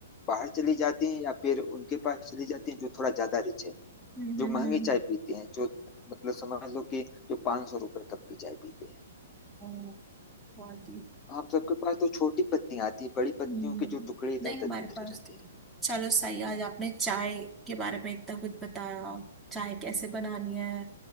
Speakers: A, on the left; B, in the centre.
A: बाहर चली जाती हैं या फिर उनके पास चली जाती हैं जो थोड़ा ज्यादा रिच है
B: हम्म
A: जो
B: हम्म
A: महंगी
B: हम्म।
A: चाय पीते हैं जो मतलब समझ लो कि जो पाँच सौ रुपए तक की चाय पीते हैं
B: और body,
A: हम सबके पास तो छोटी पत्तियां आती हैं बड़ी पत्तियों
B: हम्म,
A: के जो टुकड़े इधर
B: नहीं
A: उधर
B: हमारे
A: बिखरे
B: पास
A: रहते
B: तो-
A: हैं
B: चलो सही है, आज आपने चाय के बारे में इतना कुछ बताया चाय कैसे बनानी है